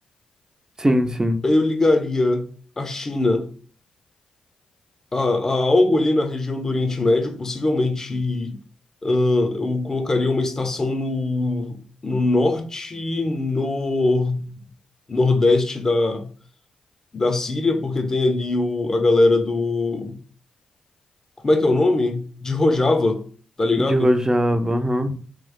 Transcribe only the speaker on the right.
Sim, sim.
De Rojava, aham.